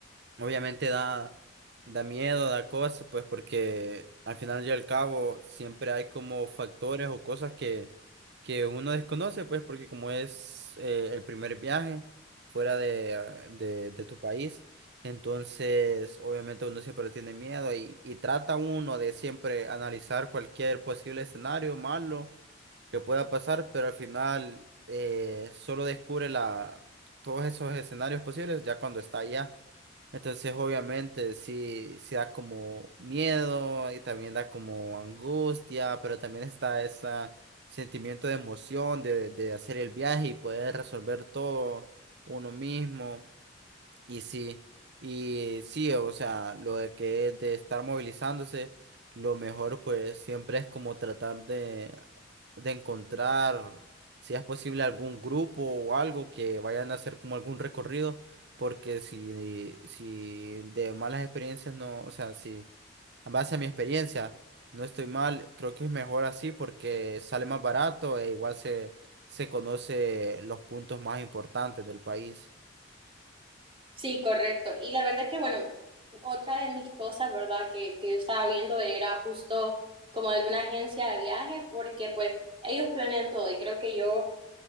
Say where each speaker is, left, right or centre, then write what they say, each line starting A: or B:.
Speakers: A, on the right; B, on the right.
A: Obviamente da, da miedo, da cosas, pues porque al final y al cabo siempre hay como factores o cosas que, que uno desconoce, pues porque como es eh, el primer viaje fuera de, ah, de, de tu país, entonces obviamente uno siempre tiene miedo y, y trata uno de siempre analizar cualquier posible escenario malo que pueda pasar, pero al final eh, solo descubre la, todos esos escenarios posibles ya cuando está allá. Entonces, obviamente, sí, sí da como miedo y también da como angustia, pero también está ese sentimiento de emoción de, de hacer el viaje y poder resolver todo uno mismo. Y sí, y sí, o sea, lo de que es de estar movilizándose, lo mejor pues siempre es como tratar de, de encontrar, si es posible, algún grupo o algo que vayan a hacer como algún recorrido, porque si, si de malas experiencias no, o sea, si a base a mi experiencia no estoy mal, creo que es mejor así porque sale más barato e igual se, se conoce los puntos más importantes del país.
B: Sí, correcto. Y la verdad es que, bueno, otra de mis cosas, ¿verdad?, que, que yo estaba viendo era justo como alguna agencia de viaje, porque pues ellos planean todo y creo que yo